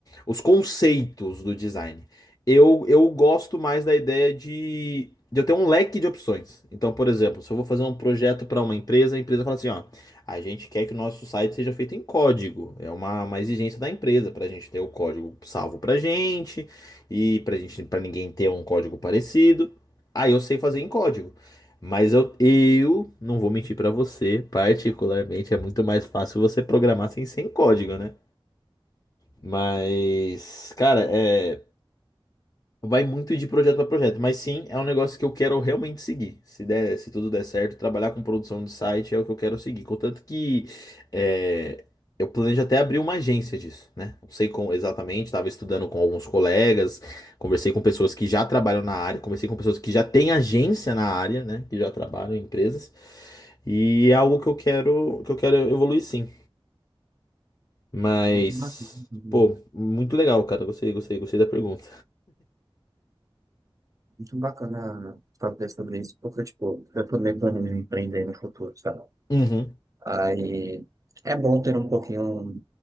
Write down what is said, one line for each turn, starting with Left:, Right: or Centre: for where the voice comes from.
Left: os conceitos do design. Eu, eu gosto mais da ideia de, de eu ter um leque de opções. Então, por exemplo, se eu vou fazer um projeto para uma empresa, a empresa fala assim: ó, a gente quer que o nosso site seja feito em código. É uma, uma exigência da empresa para a gente ter o código salvo para gente e para gente, para ninguém ter um código parecido. Ah, eu sei fazer em código. Mas eu, eu não vou mentir pra você, particularmente é muito mais fácil você programar sem, sem código, né? Mas, cara, é. Vai muito de projeto para projeto, mas sim, é um negócio que eu quero realmente seguir. Se der, se tudo der certo, trabalhar com produção de site é o que eu quero seguir. Contanto que é, eu planejo até abrir uma agência disso, né? Não sei como exatamente, estava estudando com alguns colegas, conversei com pessoas que já trabalham na área, conversei com pessoas que já têm agência na área, né? Que já trabalham em empresas. E é algo que eu quero, que eu quero evoluir sim. Mas,
Right: muito bacana, né?
Left: pô, muito legal, cara. Gostei, gostei, gostei da pergunta.
Right: muito bacana saber sobre isso, porque, tipo, eu também planejo empreender no futuro, sabe?
Left: Uhum.
Right: Aí é bom ter um pouquinho,